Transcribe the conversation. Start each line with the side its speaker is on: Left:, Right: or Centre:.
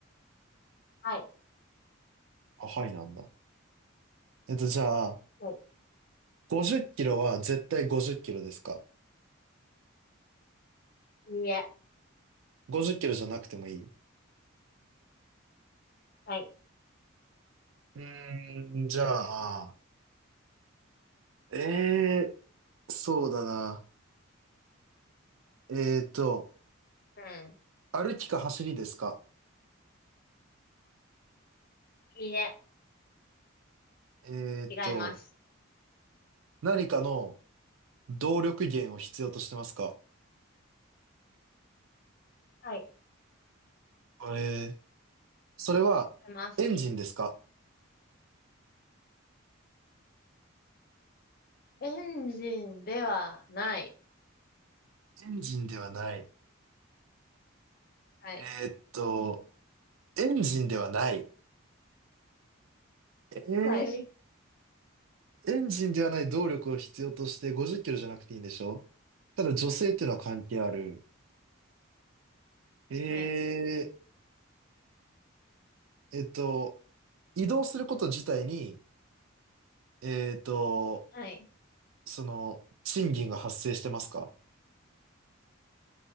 Left: はい。
Right: あ、はいなんだ。えっと、じゃあ、
Left: はい
Right: 50キロは絶対50キロですか
Left: いや
Right: ?50 キロじゃなくてもいいう
Left: はい。
Right: ーん、じゃあ、えーそうだな。えーと、
Left: うん。
Right: 歩きか走りですか
Left: いいえ、
Right: えーっと、
Left: 違います。
Right: 何かの動力源を必要としてますか
Left: はい。
Right: えー、それはエンジンですか
Left: 違います。エンジンではない。
Right: エンジンではない。
Left: はい。
Right: えーっと、エンジンではない。えー、
Left: はい。
Right: エンジンではない動力を必要として50キロじゃなくていいんでしょただ女性っていうのは関係ある。え
Left: はい。
Right: ー、えっと、移動すること自体に、えーっと、
Left: はい。
Right: その、賃金が発生してますか